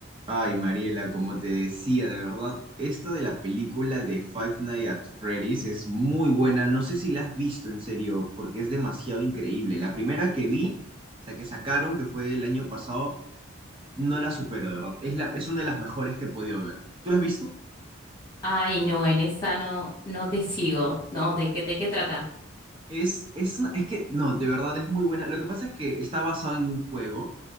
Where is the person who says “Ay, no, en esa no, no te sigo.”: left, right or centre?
Left